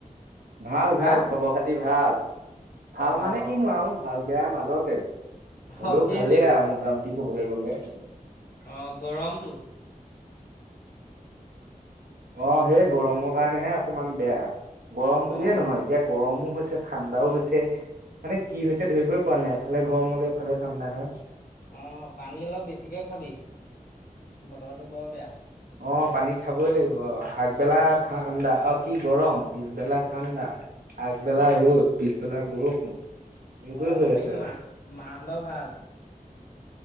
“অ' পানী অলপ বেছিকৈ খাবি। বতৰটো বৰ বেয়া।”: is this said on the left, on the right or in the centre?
Left